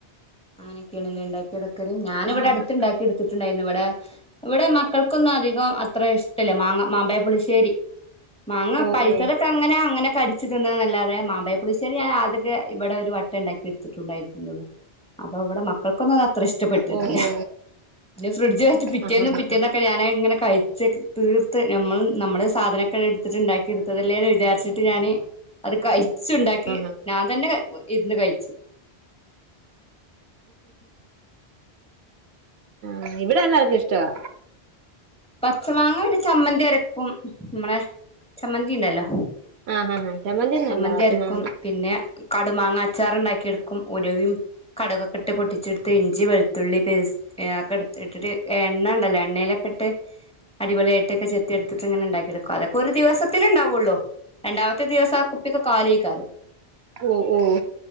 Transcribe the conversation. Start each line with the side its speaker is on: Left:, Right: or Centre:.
Centre: അങ്ങനെയൊക്കെഏൺ ലെ ണ്ടാക്കി എടുക്കല് ഞാൻ ഇവിടെ
Right: ആഹ്
Centre: അടുത്ത് ഇണ്ടാക്കി എടുത്തിട്ടുണ്ടായിരുന്നു ഇവിടെ ഇവിടെ മക്കൾക്കൊന്നും അധികം അത്ര ഇഷ് ട്ടല്ല മാങ്ങ മാമ്പയപ്പുളിശ്ശേരി മാങ്ങ
Right: ഓ
Centre: പയ്ത്തതൊക്കെ
Right: ഓ
Centre: അങ്ങനെ അങ്ങനെ കടി ച്ച് തിന്ന അല്ലാതെ മാമ്പയപ്പുളിശ്ശേരി ഞാൻ അതൊക്കെ ഇവിടെ ഒരു വട്ടം ഉണ്ടാക്കിതട്ട്ണ്ടായിരുന്നുള്ളു അപ്പൊ ഇവിടെ മക്കൾക്കൊന്നും അത്ര ഇഷ്ടപ്പെട്ടിട്ടില്ല
Right: ഓ ഓ
Centre: പിന്ന ഫ്രിഡ്ജ് വെച്ച് പിറ്റേന്നും
Right: ആഹ് ആഹ്
Centre: പിറ്റേന്നൊക്കെ
Right: ആഹ്
Centre: ഞാനയിങ്ങനെ കഴി ച്ചക് തീർത്ത് നമ്മൾ നമ്മളെ സാധന <unintelligible> എടുത്തിട്ടുണ്ടാക്കി എടുത്തതല്ലേന് വിചാരിച്ച് ട്ട് ഞാന് അത് കരിച്ചിണ്ടാക്കി
Right: ആഹ്
Centre: ഞാൻ തന്നെ ഇരുന്ന് കഴിച്ച്.
Right: ആ ഇവടെ എല്ലാർക്കും ഇഷ്ട്ടവാ.
Centre: പച്ച മാങ്ങ പിന്നെ ചമ്മന്തി അരക്കും മ്മളെ ചമ്മന്തി ഉണ്ടല്ലോ
Right: ആഹ് ആഹ് ആഹ് ഒന്നുമല്ല
Centre: ചമ്മന്തി
Right: പച്ചമാങ്ങ
Centre: അരക്കും പിന്നെ കടുമാങ്ങ അച്ചാറിണ്ടാക്കി എടുക്കും ഉലുവയും കടുകൊക്കെ ഇട്ട് പൊട്ടി ച്ചെടുത്ത് ഇഞ്ചി വെളുത്തുള്ളി പേസ് ഒക്കെ ഇട്ടിട്ട് എണ്ണണ്ടല്ലോ എണ്ണയിലൊക്കെ ഇട്ട് അടിപൊളി ആയിട്ടൊക്കെ ചെത്തി എടുത്തിട്ട് ഇങ്ങനിണ്ടാക്കി എടുക്കും അതൊക്കെ ഒരു ദിവസത്തിനിണ്ടാവുള്ളൂ രണ്ടാമത്തെ ദിവസം കുപ്പിയൊക്കെ കാലിയായിക്കാരും.
Right: ഓ ഓ